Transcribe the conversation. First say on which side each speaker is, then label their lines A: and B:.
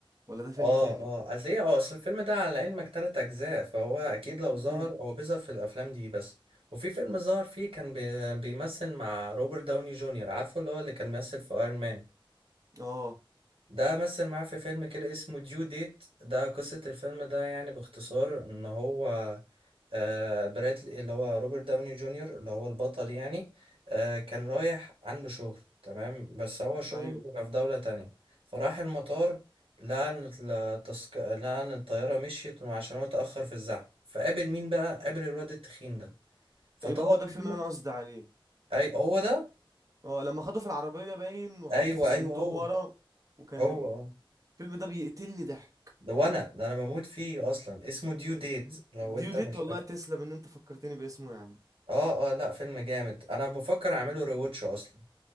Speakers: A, on the right; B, on the right.
A: ولا ده فيلم
B: اه
A: تاني
B: اه اصل ايه اه اصل الفيلم ده على علمك تلات اجزاء فهو اكيد لو ظهر
A: امم
B: هو بيظهر في الافلام دي بس وفي فيلم ظهر فيه كان بي- بيمثل مع روبرت داوني جونيور عارفه اللي هو اللي كان بيمثل في ايرون مان
A: اه
B: ده مثل معاه في فيلم كده اسمه ديو ديت ده قصة الفيلم ده يعني باختصار ان هو آه براتلي اللي هو روبرت داوني جونيور اللي هو البطل يعني آه كان رايح عنده شغل تمام بس هو شغله
A: ايوه
B: بيبقى في دولة تانية فراح المطار لقى ان التسك... لقى ان الطيارة مشيت عشان هو اتأخر في الزحمة فقابل مين بقى قابل الواد التخين ده فطلب
A: يبقى هو ده الفيلم
B: منه
A: اللي انا قصدي عليه
B: اي هو ده
A: اه لما خدوه في العربية باين وحطه
B: ايوه
A: في الصندوق
B: ايوه هو
A: ورا وكان
B: هو آه.
A: الفيلم ده بيقتلني ضحك
B: ده وانا ده انا بموت فيه اصلا اسمه
A: <laughs>
B: ديو ديت لو
A: ديوديت
B: انت مش
A: والله
B: فاكر
A: تسلم ان انت فكرتني باسمه يا عم
B: اه اه لا فيلم جامد انا بفكر اعمله ريواتش اصلا